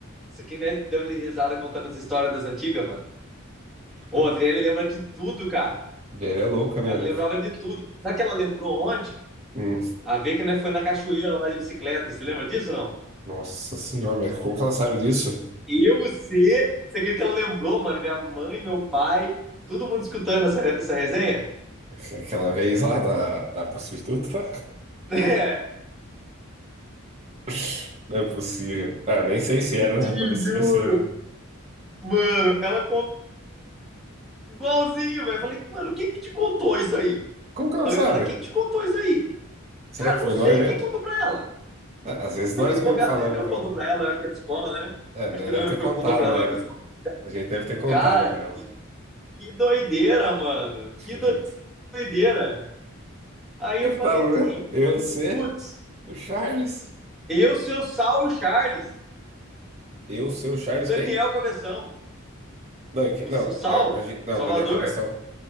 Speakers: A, in the centre; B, on the right.
A: isso aqui né, dando de risada contando as histórias das antigas, mano. Ô,
B: a
A: a Adriane lembra de tudo, cara.
B: mulher é louca, né,
A: Ela
B: velho?
A: lembrava de tudo. Sabe o que ela lembrou ontem?
B: Hum,
A: A ver que né, foi na cachoeira lá de bicicleta. Você lembra disso, não?
B: Nossa senhora, mas como que ela sabe disso?
A: Eu, você, você acredita que ela lembrou, mano? Minha mãe, meu pai, todo mundo escutando essa, essa resenha?
B: É Aquela vez lá da, da prostituta?
A: <laughs> É,
B: <laughs> Não é possível. Ah, nem sei se era, né?
A: te
B: Parecia
A: juro.
B: ser, né?
A: Mano, ela contou igualzinho, velho. Falei, mano, quem que te contou isso aí?
B: Como que ela
A: Falei
B: sabe?
A: pra ela, quem te contou isso aí?
B: Será
A: Cara,
B: que
A: não
B: foi
A: sei
B: nós mesmo?
A: quem contou pra ela.
B: Ah, às vezes nós
A: Acho que bobear
B: mesmo falamos
A: não é meu
B: pra
A: que contou
B: ela.
A: pra ela, é época de escola, né?
B: É, né,
A: Acho que
B: deve
A: não é mesmo
B: ter contado
A: que contou pra ela,
B: na época.
A: é época de escola.
B: A gente deve ter contado
A: Cara,
B: pra ela.
A: que doideira, mano.
B: <laughs>
A: Que doideira. Aí
B: Quem
A: eu
B: que
A: falei
B: tava
A: assim,
B: mesmo? Eu, você,
A: putz,
B: o Charles.
A: eu, seu Saulo Charles,
B: Eu, seu Charles,
A: e o Daniel
B: quem?
A: Cabeção.
B: Não, e que-
A: O,
B: não,
A: o Sal,
B: né, a gen- não,
A: Salvador.
B: Daniel Cabeção.